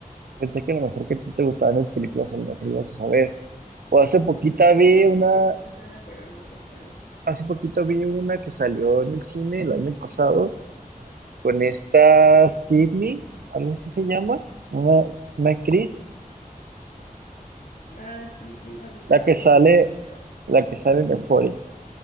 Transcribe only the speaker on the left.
Pues es que
fíjate
que sí me suena, pero no sé cuál es.
Ah, sí, sí la vi, pero
no
me gustó.